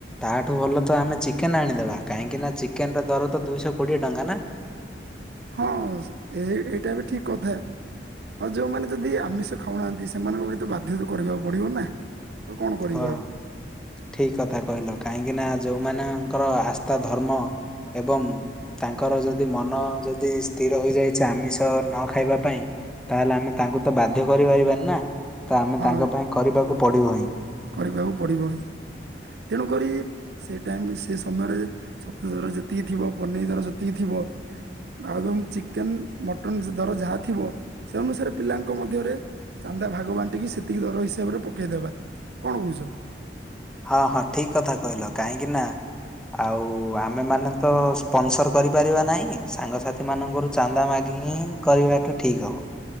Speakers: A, in the centre; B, on the right (about 60°).
A: ତାଠୁ ଭଲ ତ ଆମେ ଚିକେନ ଆଣିଦେବା କାହିଁକି ନା ଚିକେନ ର ଦର ତ ଦୁଇଶହ କୋଡିଏ ଟଙ୍କା ନା?
B: ହଁ ଏ ଏଇଟା ବି ଠିକ କଥା ଆଉ ଯୋଉମାନେ ଯଦି ଆମିଷ ଖାଉନାହାନ୍ତି ସେମାନଙ୍କ ପାଇଁ ତ ବାଧ୍ୟତା କରିବାକୁ ପଡିବ ନା। ତ କଣ କରିବା
A: ହଁ
B: ଆଉ
A: ଠିକ କଥା କହିଲ କାହିଁକି ନା। ଯେଉଁମାନଙ୍କର ଆସ୍ଥା ଧର୍ମ ଏବଂ ତାଙ୍କର ଯଦି ମନ ଯଦି ସ୍ଥିର ହୋଇଯାଇଛି ଆମିଷ ନ ଖାଇବା ପାଇଁ ତାହେଲେ ଆମେ ତାଙ୍କୁ ତ ବାଧ୍ୟ କରିପାରିବାନି ନା। ତ ଆମେ ତାଙ୍କ
B: ହଁ
A: ପାଇଁ କରିବାକୁ ପଡିବ ହିଁ।
B: କରିବାକୁ ପଡ଼ିବ ହି ତେଣୁକରି ସେ ଟାଇମ ସେ ସମୟରେ ଛୋତୁ ଦର ଯେତିକି ଥିବ ପନିର ଦର ଯେତିକି ଥିବ ଆଉ ଏବଂ ଚିକେନ ମଟନ ଦର ଯାହା ଥିବ ସେ ଅନୁସାରେ ପିଲାଙ୍କ ମଧ୍ୟରେ ଚାନ୍ଦା ଭାଗ ବାନ୍ଟିକି ସେତିକି ଦର ହିସାବରେ ପକେଇଦବା କଣ ବୁଝ
A: ହଁ ହଁ ଠିକ କଥା କହିଲ କାହିଁକି ନା ଆଉ ଆମେମାନୋନ ତ ସ୍ପନସର କରିପାରିବା ନାହିଁ ସାଙ୍ଗସାଥି ମାନଙ୍କରୁ ଚାନ୍ଦା ମାଗିକି ହିଁ କରିବାଟା ଠିକ ହବ।